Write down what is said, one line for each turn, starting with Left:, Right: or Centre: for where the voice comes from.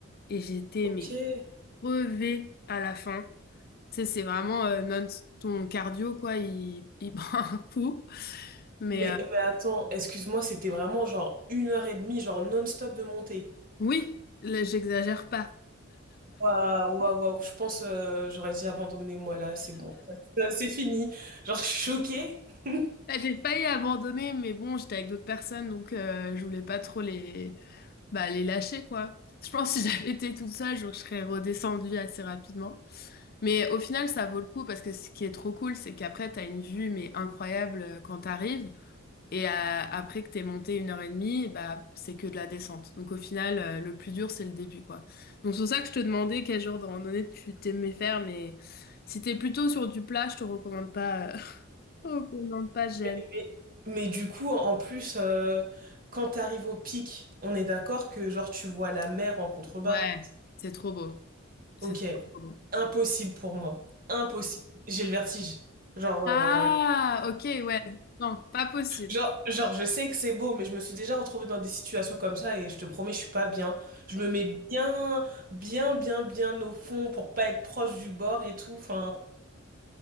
Left: et j'étais
Right: OK.
Left: mais crevée à la fin. Tu sais, c'est vraiment euh, non, ton cardio quoi, il, il <laughs> prend un coup. Mais
Right: Mais, mais attends, excuse-moi, c'était vraiment genre une heure et demie, genre non-stop de montée.
Left: Oui, là, j'exagère pas.
Right: Waouh, waouh, waouh. Je pense euh, j'aurais dit abandonner moi là, c'est bon. Ça- ça- C'est fini. Genre, je suis choquée. <laughs>
Left: Bah, J'ai failli abandonner, mais bon, j'étais avec d'autres personnes, donc euh, je voulais pas trop les, bah, les lâcher, quoi. Je pense que si <laughs> j'avais été toute seule, je je serais redescendue assez rapidement. Mais au final, ça vaut le coup parce que ce qui est trop cool, c'est qu'après, t'as une vue, mais incroyable euh, quand t'arrives. Et euh, après que t'es monté une heure et demie, bah, c'est que de la descente. Donc au final, euh, le plus dur, c'est le début, quoi. Donc c'est pour ça que je te demandais quel genre de randonnée tu t'aimais faire, mais si t'es plutôt sur du plat, je te recommande pas. euh, Oh, qu'on pas gêne.
Right: Mais, mais mais du coup, en plus, euh, quand t'arrives au pic, on est d'accord que genre tu vois la mer en contrebas.
Left: Ouais, c'est trop beau. C'est
Right: Ok.
Left: trop, trop beau.
Right: Impossible pour moi. Impossible. J'ai le vertige. Genre,
Left: Ah,
Right: euh,
Left: ok, ouais. Non, pas possible.
Right: genre, genre, je sais que c'est beau, mais je me suis déjà retrouvée dans des situations comme ça et je te promets, je suis pas bien. Je me mets bien, bien, bien, bien au fond pour pas être proche du bord et tout. Enfin,